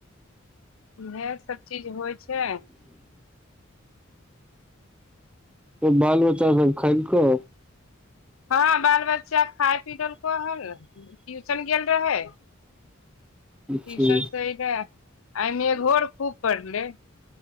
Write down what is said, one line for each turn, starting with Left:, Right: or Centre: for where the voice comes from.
Left: इएह सब चीज होइ छै।
Centre: त बाल बच्चा सब खेलको?
Left: हँ बाल बच्चा खाय पीक पड़ला ट्यूशन गेल रहए। ट्यूशन
Centre: छी
Left: स अहबे आइ निघोर खूब पढ़लई।